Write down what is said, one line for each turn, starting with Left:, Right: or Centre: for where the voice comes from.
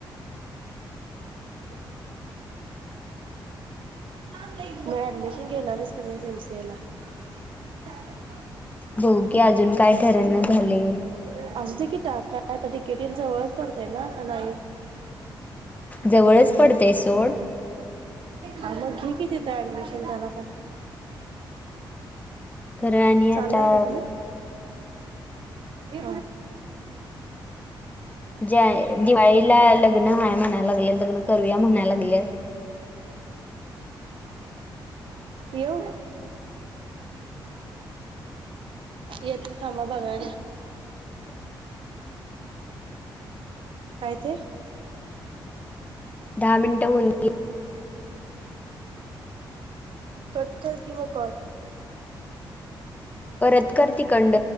Right: <unintelligible> <unintelligible>
Left: हो की अजून काय
Right: <unintelligible>
Left: ठरण झाले
Right: केटी जवळच पडतय ना का नाही
Left: जवळच पडतेय सोड
Right: हा मग घे की देत ऍडमिशन त्याला काय
Left: खरं आणि
Right: चाललाय
Left: आता
Right: का तुम्ही ते
Left: ज्या दिवाळीला लग्न हाय म्हणाय लागले लग्न करूया म्हणायला लागले
Right: यो येथ समा बगा काय ते
Left: दहा मिनटं होऊन
Right: कटकर किंवा कर
Left: परतकर त